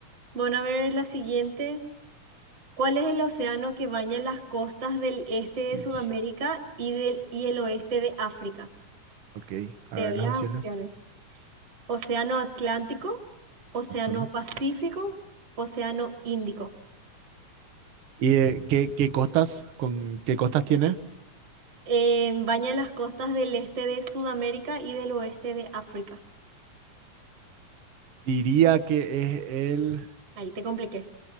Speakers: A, on the right; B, on the right.
A: Bueno, a ver la siguiente. ¿Cuál es el océano que baña las costas del este de
B: Y,
A: Sudamérica y del y el oeste de África?
B: ok, a
A: Te
B: ver
A: doy
B: las
A: las
B: opciones.
A: opciones. Océano Atlántico, Océano
B: Ujú.
A: Pacífico, Océano Índico.
B: ¿Y eh, qué, qué costas, con qué costas tiene?
A: Eh, baña las costas del este de Sudamérica y del oeste de África.
B: Diría que es el...
A: Ahí te compliqué.